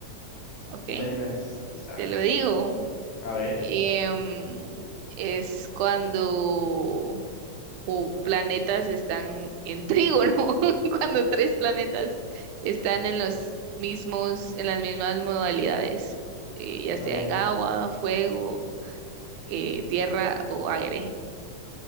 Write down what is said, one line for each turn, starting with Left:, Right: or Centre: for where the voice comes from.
Right: Ok,
Left: dime de una vez, tú sabes.
Right: te lo digo.
Left: A ver,
Right: Em, es cuando u- planetas están en trígono, <laughs> cuando tres planetas están en los mismos, en las mismas modalidades, eh, ya
Left: a
Right: sea
Left: ver,
Right: en agua, fuego, eh, tierra o aire.